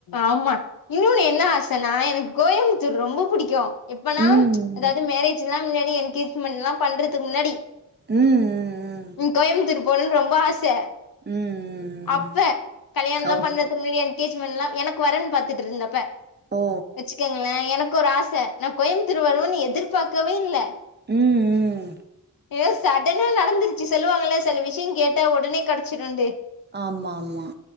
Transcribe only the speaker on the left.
ஆமா இன்னொன்னு என்ன ஆசைன்னா எனக்கு கோயம்புத்தூர் ரொம்ப புடிக்கு எப்பனா
அதாவது மேரேஜ் எல்லா மின்னாடி என்கேஜ்மெண்ட் எல்லா பண்றதுக்கு முன்னாடி
கோயம்புத்தூர் போணுன்னு ரொம்ப ஆசை
அப்ப கல்யாணல்லா
பண்றதுக்கு முன்னாடி என்கேஜ்மெண்ட்லா எனக்கு வரன் பாத்துட்டு இருந்தப்ப
வச்சுக்கங்களே எனக்கு ஒரு ஆசை நா கோயம்புத்தூர் வருவன்னு எதிர்பாக்கவே இல்ல
எஸ் சடனா நடந்துருச்சு சொல்லுவாங்கள சில விஷயம் கேட்டா உடனே கெடச்சிருண்டு